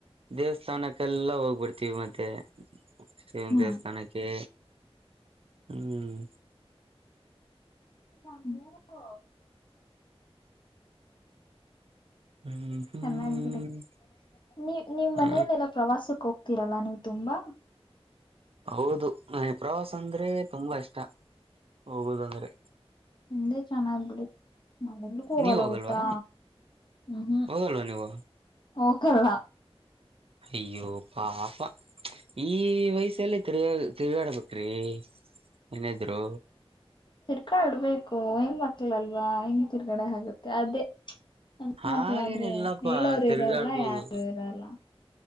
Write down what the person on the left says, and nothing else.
ಹ್ಮ್
ಸಾಬು <unintelligible> ಹೌ
ಚೆನ್ನಾಗಿದೆ ನೀ ನೀವ್
ಮನೇಲೆೆಲ್ಲ ಪ್ರವಾಸಕ್ ಹೋಗ್ತೀರಲ್ಲ ನೀವು ತುಂಬಾ.
ಹೇ ಚೆನ್ನಾಗ್ ಬಿಡ್ ನಾವು ಎಲ್ಲಿಗೂ ಹೋಗಲ್ಲ
ಗೊತ್ತಾ ಹ್ಮ್ ಹ್ಮ್
ಓಕರ್ಣ
ತಿರ್ಕಾಡ್ಬೇಕು ಹೆಂಗ ಮಕ್ಳಲ್ವಾ ಹೆಂಗ ತಿರ್ಗಡೆ ಆಗುತ್ತೆ ಅದೇ
ಹೆ ಮಕ್ಳಾದ್ರೆ
ಹೇಳರು
ಇರಲ್ಲ ಯಾರು ಇರಲ್ಲ